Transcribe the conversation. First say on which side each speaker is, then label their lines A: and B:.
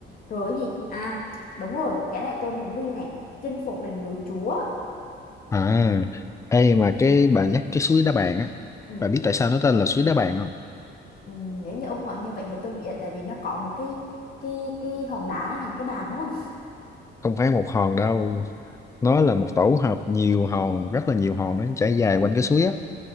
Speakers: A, on the left (about 45°); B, on the left (about 15°).
A: rồi cái gì? À, đúng rồi, cái này tôi muốn đi này, chinh phục đỉnh núi Chúa.
B: à ê mà cái bà nhắc cái suối Đá Bàn á
A: Ừ.
B: bà biết tại sao nó tên là suối Đá Bàn không
A: Ừ, Nếu như ông họ như vậy thì tôi nghĩ là tại vì nó có một cái cái cái hòn đá hình cái bàn đúng không?
B: không phải một hòn đâu nó là một tổ hợp nhiều hòn rất là nhiều hòn nó chảy dài quanh cái suối á